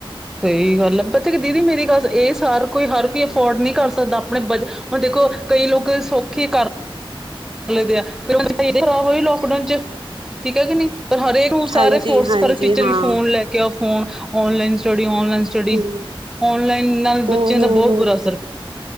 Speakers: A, in the centre; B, on the right.
A: ਸਹੀ ਗੱਲ ਹੈ ਬੱਚ ਦੀਦੀ ਮੇਰੀ ਗੱਲ ਇਹ ਸਾਰ ਕੋਈ ਹਰ ਕੋਈ ਅਫੋਰਡ ਨਹੀਂ ਕਰ ਸਕਦਾ। ਆਪਣੇ ਬ ਹੁਣ ਦੇਖੋ ਕਈ ਲੋਕ ਸੌਖੇ ਕਰ ਚ ਆ ਕਰੋ ਖਰਾਬ ਹੋ ਲਾਡਾਊਨ ਚ ਠੀਕ ਹੈ ਕਿ ਨੀ ਪਰ ਹਰੇਕ ਨੂੰ
B: ਹਾਂਜੀ
A: ਸਾਰੇ ਫੋਰਸ
B: ਹਾਂਜੀ
A: ਹਰ ਟੀਚਰ
B: ਹਾਂ
A: ਵੀ ਫੋਨ ਲੈ ਕੇ ਆ ਫੋਨ ਓਨਲਾਈਨ ਸਟੱਡੀ ਓਣਲਾਈਨ ਚੜੀ
B: ਹੂੰ
A: ਔਨਲਾਈਨ ਨਾਲ
B: ਹੂੰ
A: ਬੱਚਿਆਂ ਦਾ
B: ਹੂੰ
A: ਬਹੁਤ ਬੁਰਾ ਅਸਰ